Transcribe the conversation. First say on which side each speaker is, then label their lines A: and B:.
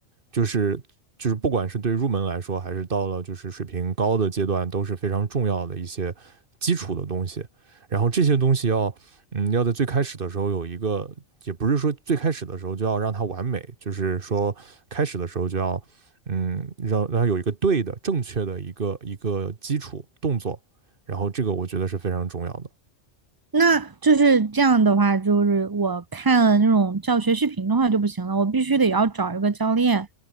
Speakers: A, on the right; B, on the right.
A: 就是就是不管是对入门来说，还是到了就是水平高的阶段，都是非常重要的一些基础的东西。然后这些东西要，嗯，要在最开始的时候有一个，也不是说最开始的时候就要让它完美，就是说开始的时候就要，嗯，让让它有一个对的、正确的一个一个基础动作。然后这个我觉得是非常重要的。
B: 那就是这样的话，就是我看了那种教学视频的话就不行了，我必须得要找一个教练，